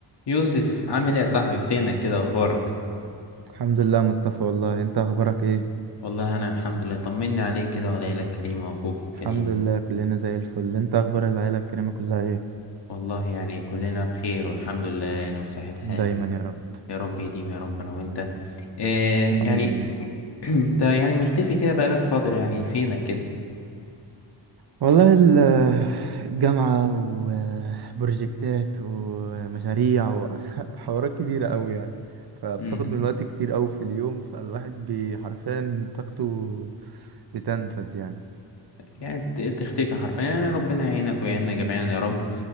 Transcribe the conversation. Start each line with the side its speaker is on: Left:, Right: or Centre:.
Left: يوسف عامل ايه يا صاحبي فينك كده اخبارك
Right: الحمد لله مصطفى والله انت اخبارك ايه
Left: والله انا الحمد لله طمني عليك كده وعلى عيلة كريمة واخوك الكريم
Right: الحمد لله كلنا زي الفل انت اخبار العيله الكريمه كلها ايه
Left: والله يعني كلنا بخير والحمد لله يعني وبصحة حال
Right: دايما يا رب
Left: يا رب يديم يا رب انا وانت إيه
Right: الحمد
Left: يعني
Right: لله
Left: <clears throat> انت يعني مختفي كده بقالك فترة يعني فينك كده
Right: والله ال- <laughs> الجامعه وبروجكتات ومشاريع وحوارات <laughs> كبيره قوي يعني فبتاخد
Left: امم
Right: من الوقت كتير قوي في اليوم فالواحد بي- حرفيا طاقته بتنفذ يعني
Left: يعني بت- تختفي حرفيا يعني ربنا يعينك ويعيننا جميعا يا رب